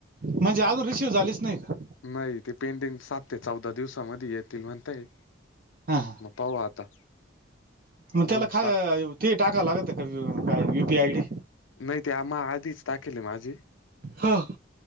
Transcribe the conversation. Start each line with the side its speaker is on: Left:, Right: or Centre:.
Right: म्हणजे अजून रिसिव्ह झालीच नाही का
Left: नाही ते पेंडिंग सात ते चौदा दिवसामध्ये येतील म्हणताय?
Right: हा हा
Left: पाहू आता
Right: मग
Left: अजून
Right: त्याला खा
Left: सात-
Right: ते टाका लागत का यू पी आय डी?
Left: नाही ते आम्हा आधीच टाकील माझी.
Right: हा!